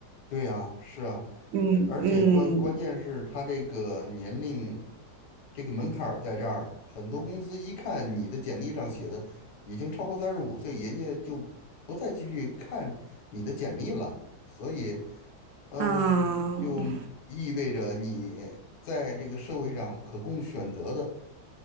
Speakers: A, on the left; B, on the right.
A: 对呀，是啊，
B: 嗯嗯
A: 而且关关键是他这个年龄，这个门槛儿在这儿，很多公司一看你的简历上写的已经超过三十五岁，人家就不再继续看你的简历了。所以，嗯，
B: 嗯
A: 就意味着你在这个社会上可供选择的